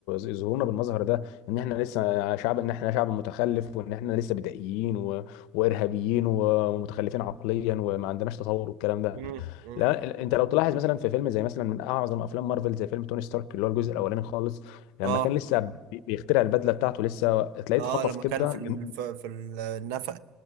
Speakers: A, on the left (about 80°); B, on the right (about 80°).
A: يظهرونا بالمظهر ده ان احنا لسه شعب ان احنا شعب متخلف وان احنا لسه بدائيين و... وارهابيين ومتخلفين عقليا وما عندناش تطور والكلام ده
B: مم. مم.
A: لا ال- انت لو تلاحظ مثلا في فيلم زي مثلا من اعظم افلام مارفل زي فيلم توني ستارك اللي هو الجزء الاولاني خالص لما
B: اه
A: كان لسه بي- بيخترع البدله بتاعته لسه تلاقيه
B: اه
A: اتخطف
B: لما
A: كده
B: كان في ال...
A: جم-
B: في في النفق